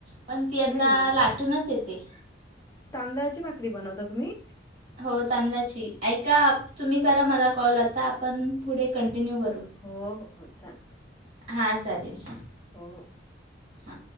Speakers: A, on the right (about 35°); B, on the left (about 15°).
A: पण ती आता
B: हम्म
A: लाटूनच येते.
B: तांदळाची भाकरी बनवता तुम्ही?
A: हो तांदळाची, ऐका तुम्ही करा मला कॉल आता आपण पुढे कंटिन्यू करू
B: हो हो हो चालेल
A: हा चालेल, हां
B: हो
A: हां